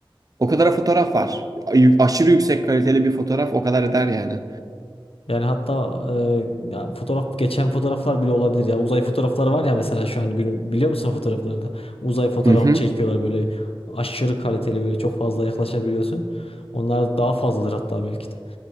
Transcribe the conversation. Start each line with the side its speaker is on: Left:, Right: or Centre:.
Right: O kadar fotoğraf var. Ay- Aşırı yüksek kaliteli bir fotoğraf o kadar eder yani.
Left: Yani hatta e, ya fotoğraf geçen fotoğraflar bile olabilir ya. Uzay fotoğrafları var ya mesela şu an günün biliyor musun o fotoğraflarda? Uzay fotoğrafını
Right: Hı hı.
Left: çekiyorlar böyle aşırı kaliteli böyle çok fazla yaklaşabiliyorsun. Onlar daha fazladır hatta belki de.